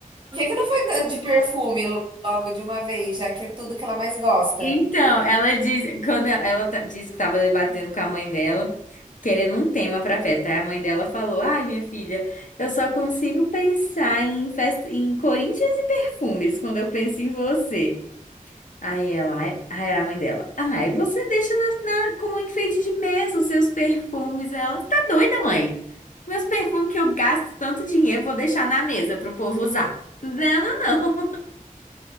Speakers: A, on the right; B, on the left.
A: que que não foi da de perfume logo de uma vez, já que é tudo que ela mais gosta?
B: Então, ela diz, quando ela, ela tá- disse que estava debatendo com a mãe dela, querendo um tema para festa. Aí a mãe dela falou: "Ai, minha filha, eu só consigo pensar em festa, em Corinthians e perfumes quando eu penso em você". Aí ela, ai, aí a mãe dela, ai, você deixa na, na- como um enfeite de mesa os seus perfumes. Ela, tá doida, mãe? Meus perfumes que eu gasto tanto dinheiro, vou deixar na mesa pro povo usar. Não, não, não.